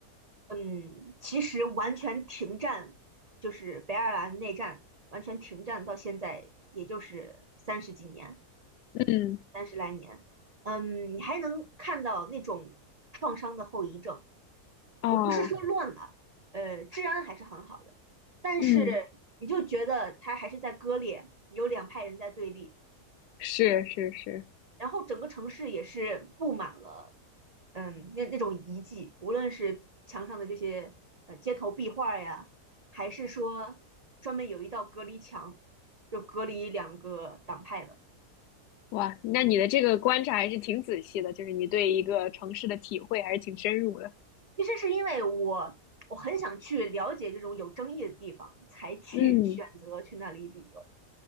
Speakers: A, on the right; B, on the left.
A: 嗯，其实完全停战，就是北爱尔兰内战完全停战到现在，也就是三十几年，
B: 嗯。
A: 三十来年，嗯，你还能看到那种创伤的后遗症。
B: 哦，
A: 我不是说乱了，呃，治安还是很好的，但是你就觉得它还是在割裂，
B: 嗯，
A: 有两派人在对立。
B: 是是是，
A: 然后整个城市也是布满了，嗯，那那种遗迹，无论是墙上的这些呃街头壁画呀，还是说专门有一道隔离墙，就隔离两个党派的。
B: 哇，那你的这个观察还是挺仔细的，就是你对一个城市的体会还是挺深入的。
A: 其实是因为我我很想去了解这种有争议的地方，才去选择去那里旅游。
B: 嗯，